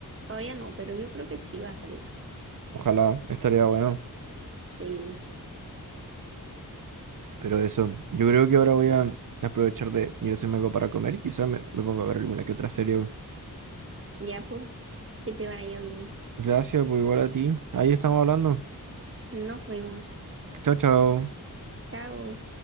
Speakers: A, on the right; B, on the right.
A: todavía no, pero yo creo que sí va a salir.
B: Ojalá, estaría bueno.
A: Sí,
B: Pero eso, yo creo que ahora voy a aprovechar de ir a hacerme algo para comer y quizás me, me pongo a ver alguna que otra serie.
A: ya, pues, que te vaya bien.
B: Gracias, pues igual a ti. Ahí estamos hablando.
A: Nos vemos.
B: Chao, chao.
A: Chao.